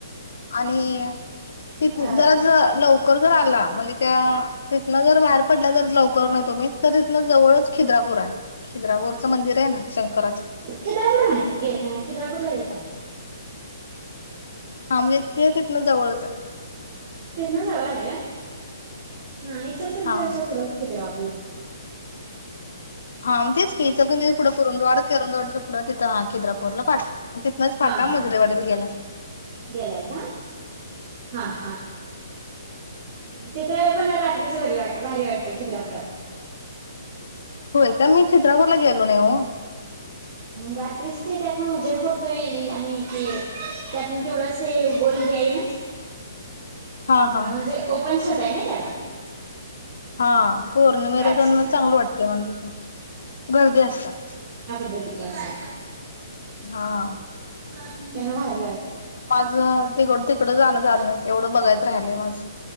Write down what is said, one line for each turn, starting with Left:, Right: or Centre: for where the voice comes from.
Left: आणि तिथं
Right: अ
Left: जरास लवकर जर आला म्हणजे त्यां तिथनं जर बाहेर पडल्या जर ज. लवकर न तुम्ही तर तथनं जवळच खिद्रापूर हाय खिद्रापूरचं मंदिर हाय ना शंकर.
Right: खिद्रापूर माहित गे हा गे खिद्रापूर ला गेलता
Left: हा म्हणजे इथे तिथन जवळच आहे
Right: तेथना जवळ आहे वय हा इचलकरंजी
Left: हा
Right: च्या पुढ ओ खिद्रापूर बर
Left: हा मग तेच की इचलकरंजी च्या पुढ कुरुंदवाड च्या पुढं तिथं ह खिद्रापूर पाठव तिथनच
Right: हा
Left: फाटा
Right: हा
Left: मजरेवाडी ला गेलाय
Right: गेलाय का हा हा तिथे पण रात्रीच भारी वाटते खिद्रापुरात
Left: होय का मी खिद्रापूरला गेलो नाही ओ.
Right: रात्रीच ते त्यातनं उजेड पडतोय आणि ते त्यातन तेवढंच हे गोल घ्याय नाही
Left: हा हा
Right: म्हणजे पंछत आहे ना त्याला
Left: हा पौर्णिमेला
Right: प्राचीन
Left: जण चांगल वाटते म्हण तिथे गर्दी असत
Right: ददी द अस हब
Left: हा
Right: त्यांना भारी वाटते
Left: माझं तिकड तिकडं जाणं झालं नाही तेवढं बघायचं राहिलंय माझं.